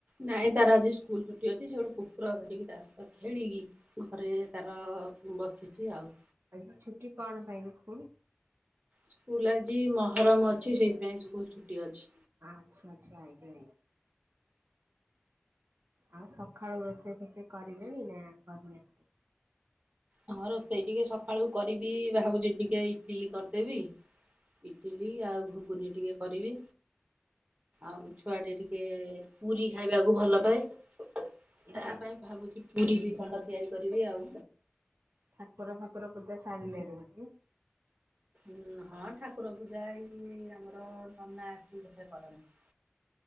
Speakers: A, on the right; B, on the right.
A: ନାଇଁ, ତାର ଆଜି ସ୍କୁଲ ଛୁଟି ଅଛି। ସେ ଗୋଟେ କୁକୁର ଧରିକି ତା ସହିତ ଖେଳିକି, ଘରେ ତାର ବସିଛି ଆଉ।
B: ଆଜି ଛୁଟି କଣ ପାଇଁକି ସ୍କୁଲ?
A: ସ୍କୁଲ ଆଜି ମହରମ୍ ଅଛି। ସେଇଥିପାଇଁ ସ୍କୁଲ ଛୁଟି ଅଛି।
B: ଆଚ୍ଛା ଆଚ୍ଛା, ଆଇକେ ଆଉ ସଖାଳୁ ରୋଷେଇ ଫୋଷେଇ କରିଲେଣି ନା କରିନା?
A: ହଁ ରୋଷେଇ ଟିକେ ସକାଳୁ କରିବି, ଭାବୁଛି ଟିକ୍ ଟିକେ ଇଟିଲି କରିଦେବି। ଇଟିଲି ଆଉ ଘୁଗୁନି ଟିକେ କରିବି। ଆଉ ଛୁଆ ଟା ଟିକେ ପୁରୀ ଖାଇବାକୁ ଭଲ ପାଏ। ତା
B: ଠାକୁର
A: ପାଇଁ ଭାବୁଛି ପୁରୀ ଦି ଖଣ୍ଡ ତିଆରି କରିବି ଆଉ।
B: ଠାକୁର ଫାକୁର ପୂଜା ସାରିଲେଣି ବୋଧେ?
A: ଉଁ ହଁ ଅ ଠାକୁର ପୂଜା ଏଇ ଆମର ନନା ଆସି <unintelligible> କରନ୍ତି।